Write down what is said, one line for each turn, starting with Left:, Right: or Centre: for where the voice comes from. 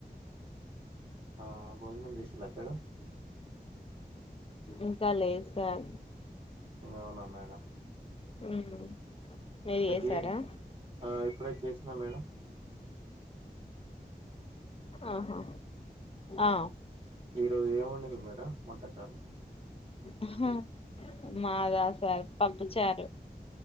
Right: ఆ భోజనం చేసిన్ల పేడం
Left: ఇంకా లేదు సార్
Right: అవునా మేడం
Left: మ్ మీరు
Right: మీకు
Left: చేసారా
Right: ఏ ఆ ఇప్పుడే చేసినా మేడం
Left: ఆహా ఆ
Right: ఈ రోజు ఏం వండిన్లు మేడం వంటకాలు
Left: అహ మాదా సార్ పప్పు చారు